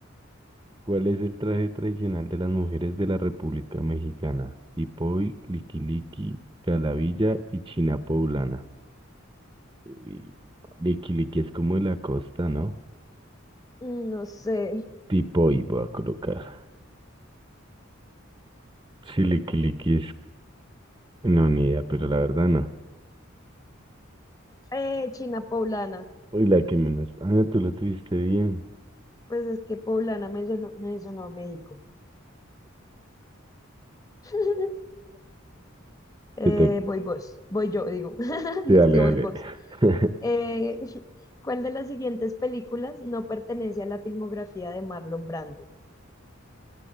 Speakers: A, on the right; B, on the left.
A: ¿Cuál es el traje tradicional de las mujeres de la República Mexicana? Tipoy, liquiliqui, calavilla y china poblana. Uy, liquiliqui es como de la costa, ¿no?
B: No sé.
A: tipo y voy a colocar. Si es. No, ni idea, pero la verdad no.
B: Eh, China Poblana.
A: Uy, la que menos. Ah, tú lo tuviste bien.
B: Pues es que Poblana me sonó, me sonó a México. <laughs> Eh,
A: Te to-
B: voy vos. Voy yo, digo. <laughs>
A: sí, Dale,
B: Es que
A: dale.
B: voy vos.
A: <laughs>
B: Eh, <laughs> ¿cuál de las siguientes películas no pertenece a la filmografía de Marlon Brando?